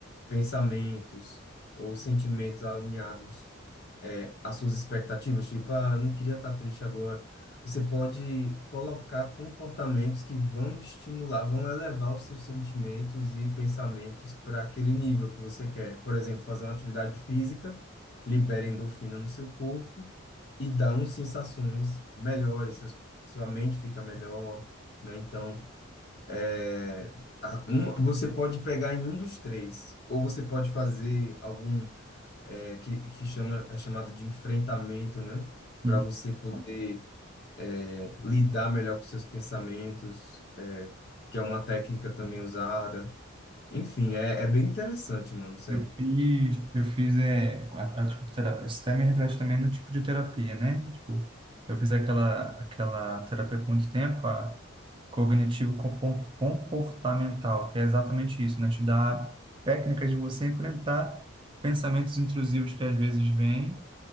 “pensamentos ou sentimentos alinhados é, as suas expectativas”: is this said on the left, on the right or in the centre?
Left